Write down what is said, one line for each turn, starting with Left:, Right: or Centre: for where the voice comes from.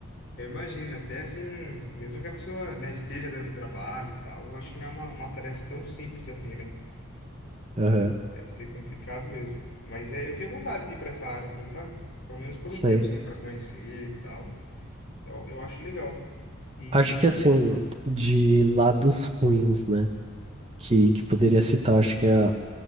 Left: Eu imagino, até assim, mesmo que a pessoa, né, esteja dando trabalho e tal, eu acho que não é uma, uma tarefa tão simples assim, né?
Right: Aham,
Left: Deve ser complicado mesmo. Mas é, eu tenho vontade de ir pra essa área, assim, sabe? Pelo menos por
Right: sei.
Left: um tempo, assim, pra conhecer e tal. Eu, eu acho legal. E.
Right: Acho que assim, de lados ruins, né? Que, que poderia citar, acho que a